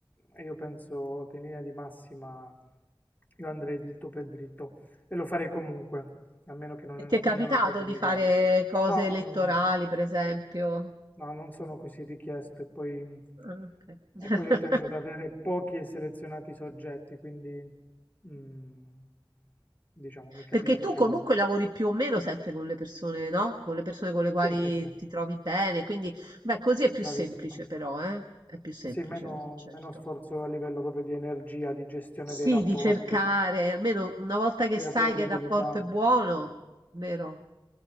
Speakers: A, on the left; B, on the right.
A: e io penso che in linea di massima io andrei dritto per dritto e lo farei comunque, a meno che non,
B: E ti è capitato
A: non è una cosa
B: di
A: illegale.
B: fare cose
A: No,
B: elettorali,
A: no, no, no,
B: per esempio?
A: no, non sono così richiesto e poi,
B: Ah, ok. <laughs>
A: e poi io tendo ad avere pochi e selezionati soggetti, quindi mm, diciamo mi capita
B: Perché tu
A: poche
B: comunque
A: volte.
B: lavori più o meno sempre con le persone, no? Con le persone con le quali
A: Sì, sì, sì,
B: ti trovi bene, quindi beh, così è più
A: bravissima.
B: semplice però, eh? È più semplice
A: Sì, meno,
B: così, certo.
A: meno sforzo a livello proprio di energia, di gestione
B: Sì,
A: dei rapporti,
B: di cercare, almeno una volta
A: si
B: che
A: crea
B: sai
A: prevedibilità.
B: che il rapporto è buono, vero?